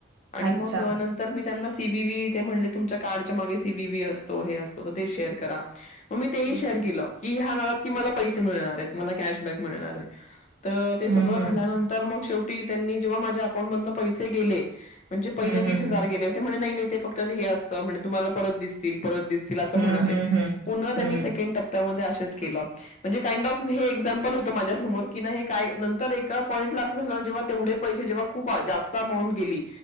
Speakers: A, on the right; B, on the left.
A: अच्छा.
B: मग तर मी त्यांना सी वी वी ते म्हणले तुमच्या कार्डच्या मागे सी वी वी असतो हे असतो तर ते शेअर करा मग मी तेही
A: हं.
B: शेअर केलं की ह्या नाात की मला पैसे मिळणार आहेत मला कॅशबॅक मिळणार आहे. तर ते
A: हं,
B: सगळं
A: हं.
B: झाल्यानंतर मग शेवटी त्यांनी जेव्हा माझ्या अकाउंटमधन पैसे गेले म्हणजे पहिले
A: हं,
B: वीस
A: हं,
B: हजार
A: हं.
B: गेले तेम्हणे नाही नाही ते फक्त ते हे असतं म्हणे तुम्हाला परत दिसतील परत दिस म्हणाले
A: हं, हं, हं.
B: पुन्हा त्यांनी
A: हं.
B: सेकंड टप्या मध्ये असच केल म्हणजे काईड ऑफ होतं माझ्या समोर की नाही हे काय नंतर एका पॉईंटला असं झालं जेव्हा तेवढे पैसे जेव्हा खुप जात अमाऊड गेली